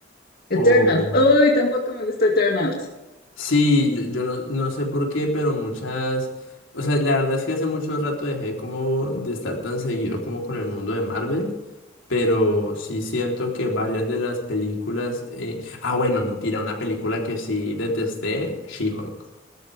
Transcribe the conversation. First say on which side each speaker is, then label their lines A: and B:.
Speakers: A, on the left (about 85°); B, on the left (about 50°).
A: o...
B: Eternals. Uy, tampoco me gustó Eternals.
A: Sí, yo, yo no, no sé por qué, pero muchas... O sea, la verdad es que hace mucho rato dejé como de estar tan seguido como con el mundo de Marvel, pero sí siento que varias de las películas... eh, Ah, bueno, mentira, una película que sí detesté, She-Hulk.